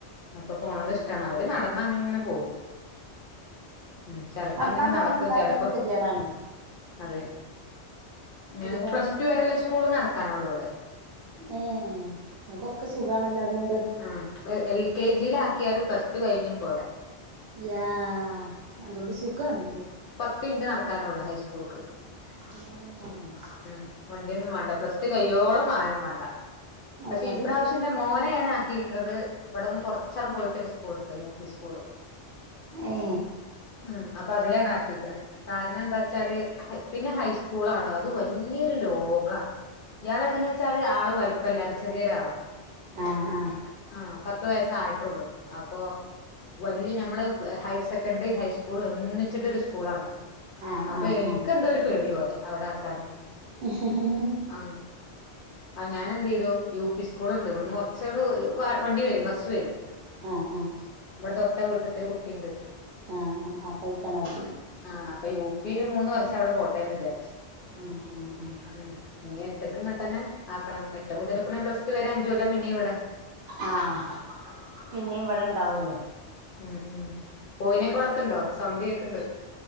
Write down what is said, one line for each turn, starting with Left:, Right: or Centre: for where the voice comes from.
Left: അപ്പൊ പോണത് ഷ്ടാണ് അവര് നടന്ന ങ്ങനെ പോവും മ് ചെലപ്പോ
Right: നടക്കാൻ
Left: അങ്ങനെ നടക്കും
Right: തോനെ ഉണ്ടായാലും
Left: ചെലപ്പോ
Right: ഗതികേടാണ്
Left: അതെ ഞങ്ങക്
Right: ഒരുപാട്
Left: പ്ള്സ് ടു വരെള്ള സ്കൂള് നടക്കാനൊള്ളൂ വെടെ
Right: ഏ ങ്ങകൊക്കെ സുഖാണല്ലോ അതോണ്ട്
Left: ആഹ് എൽ കെ ജിൽ ആക്കിയാല് പ്ലസ് ടു കഴിഞ്ഞും പോരാ
Right: യാ അതൊണ്ട് സുഖാണ്
Left: ത്തിൻറ്റ് നടക്കാനൊള്ളൂ ഹൈസ്കൂൾക്ക്
Right: മ്മ്
Left: മ് വണ്ഡ്യോന്നും വാണ്ട പ്ളസ് ടു കയ്യോളും വാഹനം വാണ്ട
Right: അത്
Left: പഷെ
Right: അതൊരു
Left: ഇപ്രാവശ്യം ന്റെ മോനെ ഞാ ക്കിരിക്ക്ണത് ഇവിടെന്ന് കൊറച്ചാണ്ട് പോയിട്ടൊര് സ്കൂൾണ്ട് യു പി സ്കൂള്
Right: ഏ
Left: മ് അപ്പൊ അതിലാണ് ആാക്കിക്ണെ കാരണം ന്താ ച്ചാല് പിന്നെ ഹൈസ്കൂളാണ് അത് വല്യരു ലോകാണ് ഇയാളെങ്ങനെ ച്ചാല് ആള് വലിപ്പല്ലാതെ ചെര്യോരാള
Right: ആഹ് ആഹ്
Left: ആഹ് പത്ത് വയസ്സായിട്ടൊള്ളൂ അപ്പൊ വല്യ നമ്മള് ഹയർ സെക്കൻഡറി ഹൈസ്കൂള് ഒന്നിച്ചിട്ടൊര് സ്കൂളണ്
Right: ആ ആ
Left: അപ്പെ
Right: ആ ആ
Left: ന്ക്കെന്തോര് പേടി പോലെ അവിടാക്കാന്
Right: <inaudible>
Left: അഹ് ഞാനെന്തെയ്തു യു പി സ്കൂൾുണ്ട് വിട്ന്ന് ചാട് വണ്ടി വരും ബസ്സ് വരും
Right: ആഹ് ആഹ്
Left: വ്ടെ തൊട്ട വീട്ടതൊര് കുട്ടിണ്ട്
Right: ആഹ് ആഹ് അപ്പയ്ക്കാണ്ടാക്കി
Left: ആഹ് അപ്പ യു പില് മൂന്ന് വർഷടെ പോട്ടേന്ന് വിചാര്ച്ച
Right: ഉം ഉം ഉം
Left: മ് ഇനി എട്ടക്ങ്ങട്ടന്നെ ആകണം എട്ട് മുതല് പിന്നെ പ്ളസ്ടടു വരെ അഞ്ചോല്ല പിന്നീ വ് <inaudible>
Right: ആഹ് പിന്നി വ്ടെ ണ്ടാവല്ലോ
Left: മ് മ് കോയിനൊക്കെ വളർത്തണ്ടോ സൗണ്ട് കേക്ണ്ട്